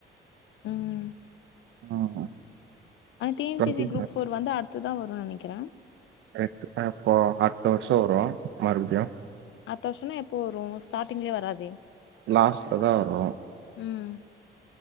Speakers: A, on the left (about 75°); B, on the right (about 75°).
A: ம்
B: ம் ம்
A: ஆனா T N
B: twenty
A: P C group four வந்து அடுத்ததா வருன்னு நெனக்கிறே
B: கரெக்ட்டு இப்போ அடுத்து வருஷோ வரு மறுப்டியு
A: அத்த வருஷொனா எப்போ வரு ஸ்டார்டிங்லே வராதே
B: லாஸ்ட்லதா வரு
A: ம்